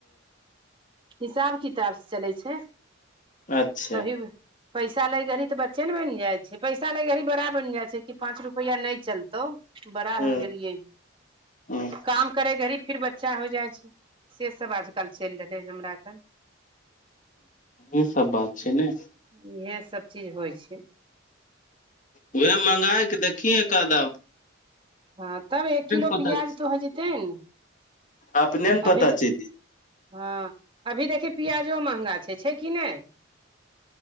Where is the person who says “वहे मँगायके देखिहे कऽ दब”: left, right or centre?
Left